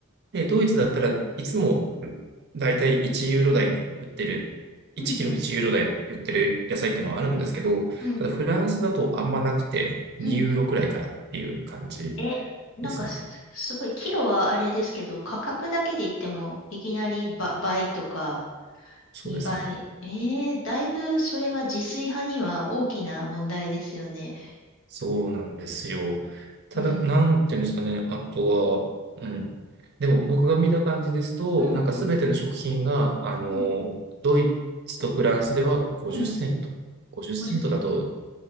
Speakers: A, on the right; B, on the left.
A: で、ドイツだったらいつもだいたい1ユーロ台で売ってる、1キロ1ユーロ台で売ってる野菜っていうのはあるんですけど、
B: うんうんうんうん
A: ただフランスだとあんまなくて、2ユーロくらいからっていう感じ
B: うんうんえ、なんかす、
A: ですね。
B: すごい、キロはあれですけど、価格だけで言っても、いきなりば倍とか
A: そうですね。
B: 2倍。えー、だいぶそれは自炊派には大きな問題ですよね。
A: そうなんですよ。ただ、
B: うん。
A: なんていうんですかね、あとは、うん。でも僕が見た感じですと、
B: うんうん
A: なんかすべての食品が、あの、
B: うん
A: ドイツとフランスでは50セント。
B: うん
A: 50セントだと、
B: 50セント。